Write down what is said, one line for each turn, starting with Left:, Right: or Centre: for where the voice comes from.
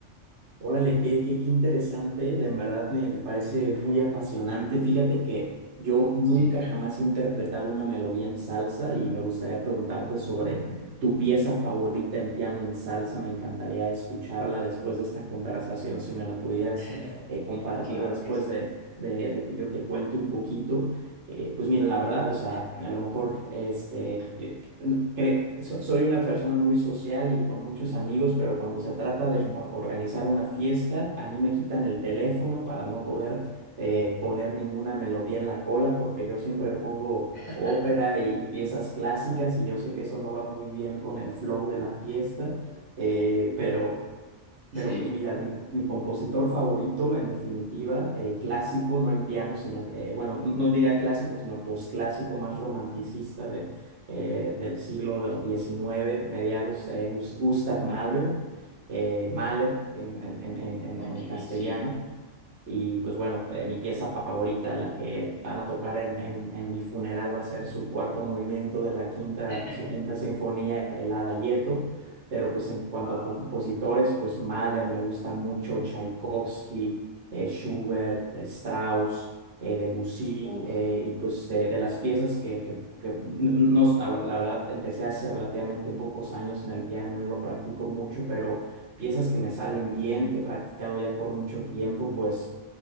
Right: Órale, qué, qué, qué interesante, de en verdad me, me parece muy apasionante. Fíjate que yo nunca
Left: Sí.
Right: jamás he interpretado una melodía en salsa y me gustaría preguntarte sobre
Left: Mm.
Right: tu pieza favorita en piano en salsa. Me encantaría escucharla después de esta conversación, si me la pudieras
Left: <laughs>
Right: eh, compartir
Left: Claro
Right: después
Left: que sí.
Right: de, de- de que yo te cuente un poquito. Eh, pues mira, la verdad, o sea, a lo mejor este, no, cre- so- soy una persona muy social y con muchos amigos, pero cuando se trata de
Left: Mm.
Right: o- organizar una fiesta, a mí me quitan el teléfono para no poder eh, poner ninguna melodía en la cola, porque yo siempre pongo
Left: <laughs>
Right: ópera y, y piezas clásicas y yo sé que eso no va muy bien con el flow de la fiesta, eh, pero... Pero
Left: Sí,
Right: pues mira, mi, co- mi compositor favorito, en definitiva, eh, clásico, no en piano, sino, eh, bueno, n- no diría clásico, sino posclásico, más romanticista de, eh, del siglo XIX, mediados, eh, Gus- Gustav Mahler, eh, Mahler en, en, en, en, en
Left: ok,
Right: en castellano.
Left: sí.
Right: Y pues bueno, eh, mi pieza favorita, la que van a tocar en, en, en mi funeral, va a ser su cuarto movimiento de la quinta,
Left: <laughs>
Right: su quinta sinfonía, el Adagietto. Pero pues en cuanto
Left: Wow,
Right: a compositores, pues Mahler me gusta mucho, Tchaikovsky, eh, Schubert, eh, Strauss, eh, Debussy,
Left: uf,
Right: eh, y pues de, de las piezas que,
Left: sí,
Right: que, que n- no, no, la verdad, empecé hace relativamente pocos años en el piano, no lo practico mucho, pero piezas que me salen bien, que he practicado ya por mucho tiempo, pues